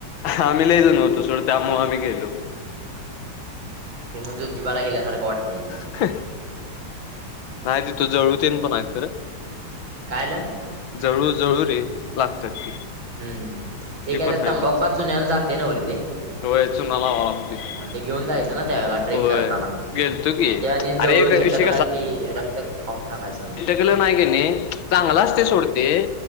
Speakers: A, on the left; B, on the right.
A: आम्ही लय जण होतो सोड त्यामुळे आम्ही गेलो.
B: ते म ज्योतिबाला गेल्यासारखं वाटतंय ते.
A: <unintelligible> नाही तीत जळूतेन पण आहेत खरं.
B: कायल.
A: जळू-जळू रे लागत्यात ते.
B: हूं ते
A: ती
B: काय
A: पण
B: तर
A: हाय
B: तंबाकू
A: तिथं
B: आन चुन्या हुन जाते ना वरती.
A: होय चुना लावावा लागतोय
B: म ते घेऊन जायचं ना त्यावेळेला ट्रेक करताना,
A: होय गेलतो की
B: अनं त्यानी
A: अरे
B: जवळु
A: एक
B: चीटकला
A: विषय
B: की रक्त खाऊन टाकाय सगळं.
A: तील नाही किनी चांगलाचते सोडते.